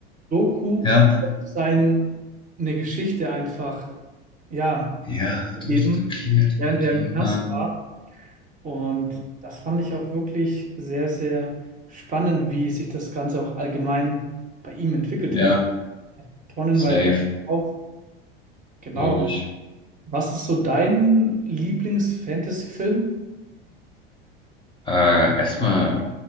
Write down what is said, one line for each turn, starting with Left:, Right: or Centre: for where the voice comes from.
Right: Doku
Left: Ja,
Right: seine Geschichte einfach, ja,
Left: ja,
Right: gegeben,
Left: doch, da klingelt
Right: während
Left: irgendwie.
Right: er im Knast
Left: Ähm,
Right: war. Und das fand ich auch wirklich sehr, sehr spannend, wie sich das Ganze auch allgemein bei ihm entwickelt
Left: ja,
Right: hat. Tonnenweise
Left: safe,
Right: auf. Genau.
Left: glaube ich.
Right: Was ist so dein Lieblings-Fantasy-Film?
Left: Äh, erstmal,